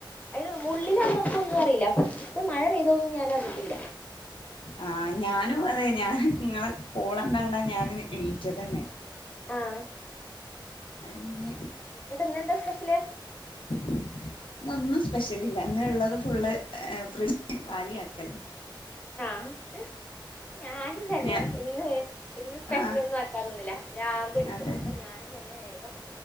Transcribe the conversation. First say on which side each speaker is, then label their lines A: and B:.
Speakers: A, on the left (about 15°); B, on the left (about 80°).
A: ഐന് ഉള്ളിലാവുമ്പോ നമക്കൊന്നു അറീല. ഇപ്പ മഴ പെയ്തോന്നും ഞാന അറ്ഞ്ഞിട്ടില്ല.
B: ആഹ് ഞാനും അത് തന്നെ. ഞാനു ഇങ്ങളെ കോളണ്ടാണ്ടാ ഞാനും എണീറ്റതന്നെ.
A: ആഹ്
B: അത് പിന്നെ
A: എന്നിട്ട് ഇന്നെന്താ സ്പെഷ്യല്
B: <unintelligible> ഇന്നൊന്നും സ്പെഷ്യല് ഇല്ല. ഇന്ന് ഇള്ളത് ഫുള്ള് ഫ്രിഡ്ജ് കാലി ആക്കല്.
A: ആഹ് ഞാനും തന്നെ
B: ഞാൻ
A: ഇന്ന് ഇന്ന് സ്പെഷ്യൽ
B: ആ
A: ഒന്നും ന്നൊന്നില്ല. പ്രാന്തുടിക്ക
B: അതെ
A: അപ്പ ഞാനും തന്നെ വേഗം